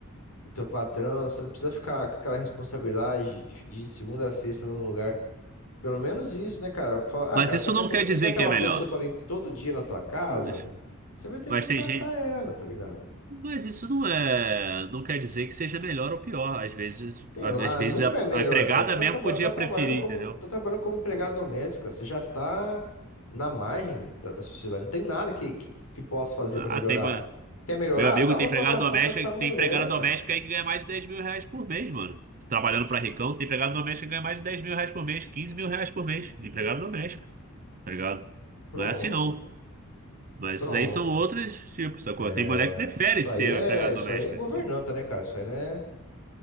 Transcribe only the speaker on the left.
do teu patrão, você não precisa ficar com aquela responsabilidade de, de segunda a sexta no mesmo lugar. Pelo menos isso, né, cara? Fala,
ah, cara,
você quer
ter,
você
quer ter
uma
pessoa pra vir todo dia na tua casa?
Você vai ter
que contratar
ela, tá ligado?
Sei
lá,
nunca
é melhor,
cara. Você tá,
traba
tá trabalhando
como,
tá trabalhando como empregada doméstica, você já tá na margem da, da sociedade. Não tem nada que, que, que possa fazer
pra melhorar.
Quer melhorar?
Dá uma
formação
pra essa mulher,
cara.
Pronto,
pronto.
É,
isso
aí é,
isso
aí é governanta,
né, cara? Isso aí não é,